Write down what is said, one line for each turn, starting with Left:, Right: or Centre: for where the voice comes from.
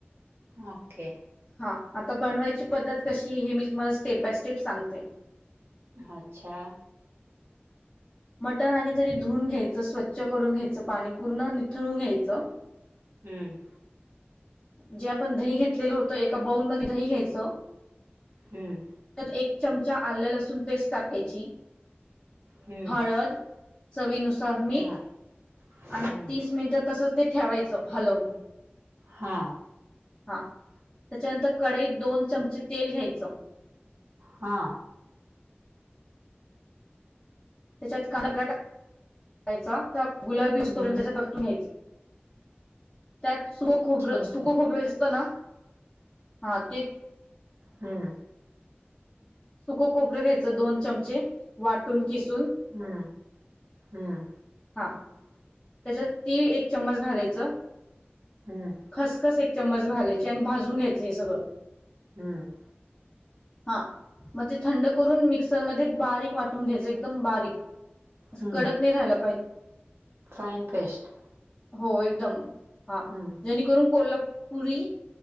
Right: ओके
Left: हा आता बनवायची पद्धत कशी आहे हे मी तुम्हाला स्टेप बाय स्टेप सांगते
Right: अच्छा
Left: मटण आधी तरी धुून घ्यायचं स्वच्छ करून घ्यायचं पाणी पूर्ण निथळून घ्यायचं.
Right: हम्म
Left: जे आपण दही घेतलेलं होतं एका बाऊल मध्ये दही घ्यायचं
Right: हम्म
Left: त्यात एक चमचा आल्या लसूण पेस्ट टाकायची.
Right: हम्म
Left: हळद चवीनुसार मीठ
Right: हां
Left: आणि
Right: हम्म
Left: तीस मिनिटं तसच ते ठेवायचं हलवून.
Right: हा
Left: हा त्याच्यानंतर कडईत दोन चमचे तेल घ्यायचं.
Right: हा
Left: त्याच्यात कांदा प्टयचा गुलाबी उसतो
Right: हं,
Left: त्याच्या तरतून घ्यायच. त्यात सुक खोबरं
Right: ठीक
Left: सुक
Right: आहे.
Left: खोबरं जास्तं ना हा तेच
Right: हं,
Left: सुक खोबर घ्यायचं दोन चमचे वाटून किसून
Right: हम्म हम्म
Left: त्याच्यात तीळ एक चममच घालायच
Right: हं,
Left: खसखस एक चम्मच घालायची आणि भाजून घ्यायच हे सगळं
Right: हम्म
Left: हा मग ते थंड करून मिक्सरमध्ये बारीक वाटून घ्यायच एकदम बारीक.
Right: हं.
Left: कडक नाही झालं.
Right: फाईन पेस्ट
Left: हो एकदम हा
Right: हं,
Left: जेणेकरून कोल्हापूर पुरी